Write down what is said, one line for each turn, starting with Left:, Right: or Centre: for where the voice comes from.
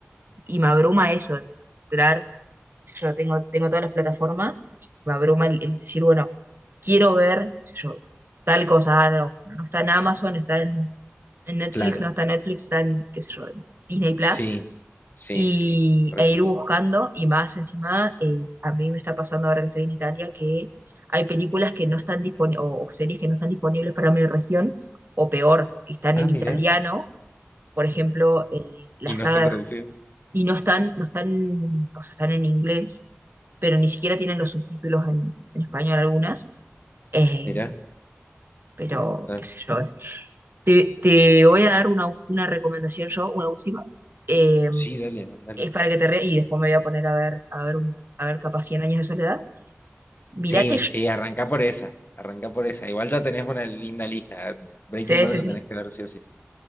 Right: y me abruma eso, de entrar, qué sé yo tengo, tengo todas las plataformas, y me abruma el, el decir, bueno, quiero ver, qué sé yo, tal cosa, ah, no, no está en Amazon, está en, en Netflix,
Left: Claro,
Right: no está en Netflix, está en, qué sé yo, en Disney Plus
Left: sí, sí,
Right: y,
Left: sí, re
Right: e
Left: pasa.
Right: ir buscando, y más encima, eh, a mí me está pasando ahora que estoy en Italia, que hay películas que no están disponibles, o, o series que no están disponibles para mi región, o peor, están
Left: Ah,
Right: en
Left: mira.
Right: italiano, por ejemplo, eh, la
Left: Y no
Right: saga,
Left: están traducidos.
Right: de- Ja-, y no están, no están, o sea, están en inglés, pero ni siquiera tienen los subtítulos en, en español algunas, eh,
Left: Mira,
Right: pero
Left: claro.
Right: qué sé yo, es- te, te voy a dar una, una recomendación yo, una última. eh,
Left: Sí, dale, mandale.
Right: es para que te rías, y después me voy a poner a ver, a ver, un- a ver capaz cien años de soledad. Mírate,
Left: Sí,
Right: Sh-
Left: sí, arranca por esa, arranca por esa. Igual ya tenés una linda lista. ¿eh? Breaking
Right: sí,
Left: Bad
Right: sí,
Left: lo
Right: sí.
Left: tenés que ver sí o sí.